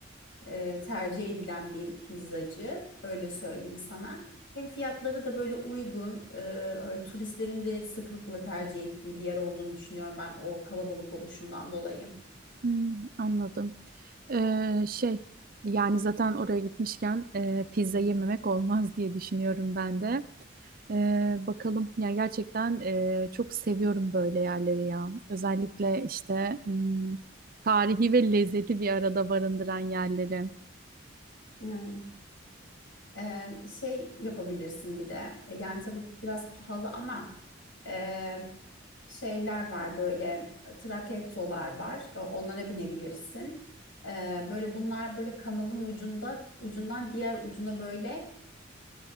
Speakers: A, on the left (about 75°); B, on the right (about 45°).
A: e, tercih edilen bir pizzacı. Öyle söyleyeyim sana. Hem fiyatları da böyle uygun, e, öyle turistlerin de sıklıkla tercih ettiği bir yer olduğunu düşünüyorum ben o kalabalık oluşundan dolayı.
B: Hmm, anladım. Ee, şey yani zaten oraya gitmişken e, pizza yememek olmaz diye düşünüyorum ben de. Ee, bakalım ya gerçekten e, çok seviyorum böyle yerleri ya. Özellikle işte hmm, tarihi ve lezzeti bir arada barındıran yerleri.
A: Hmm. Ee, şey yapabilirsin bir de E, yani tabii biraz pahalı ama e, şeyler var böyle e, trakettolar var E, onlara binebilirsin E, böyle bunlar böyle kanalın ucunda ucundan diğer ucuna böyle